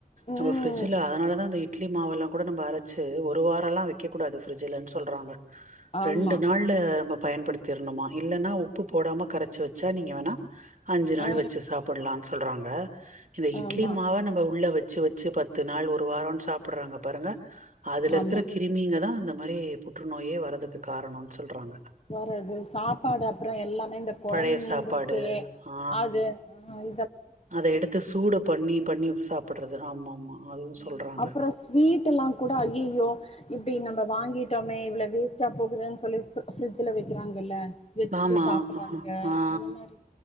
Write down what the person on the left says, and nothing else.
ம்
ஆமா
ஆ
ஆமா
ஆமா
போறது சாப்பாடு அப்பறோ எல்லாமே இந்த கொழம்பு
மீந்திருக்கே
அது ம்
ஆமா அப்பறோ ஸ்வீட் எல்லா கூட ஐயயோ இ ப்படி நம்ம வாங்கிட்டோமே இவ்ளவு வேஸ் டா போகுதுன் சொல்லி <unintelligible> ஃப்ரி ஜ்ஜுல வெக்கிறாங்கல்ல வெச்சுட்டு
சாப்பட்றாங்க
அந்த மாரி